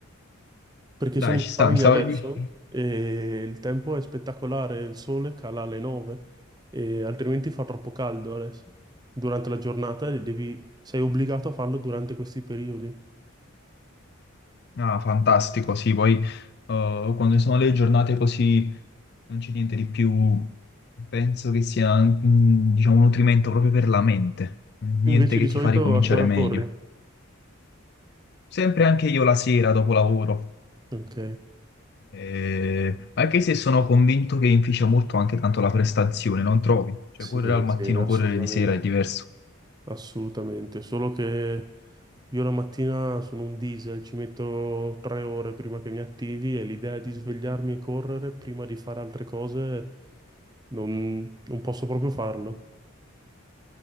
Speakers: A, on the right; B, on the left.
A: Perché
B: Dai,
A: sono in
B: ci
A: Spagna
B: sta, mi stava...
A: adesso
B: mi-
A: e il tempo è spettacolare, il sole cala alle 9 e altrimenti fa troppo caldo adesso. Durante la giornata e devi... sei obbligato a farlo durante questi periodi.
B: Ah, fantastico, sì, poi eh, quando sono le giornate così non c'è niente di più, penso che sia, mh, diciamo, un nutrimento proprio per la mente, niente
A: Invece
B: che
A: di
B: ti
A: solito
B: fa ricominciare
A: a che ora
B: meglio.
A: corri?
B: Sempre anche io la sera dopo lavoro.
A: Ok,
B: Eh, anche se sono convinto che inficia molto anche tanto la prestazione, non trovi? Cioè,
A: sì,
B: correre al mattino,
A: sì, assolutamente.
B: correre di sera è diverso.
A: Assolutamente, solo che io la mattina sono un diesel, ci metto tre ore prima che mi attivi e l'idea di svegliarmi e correre prima di fare altre cose non, non posso proprio farlo.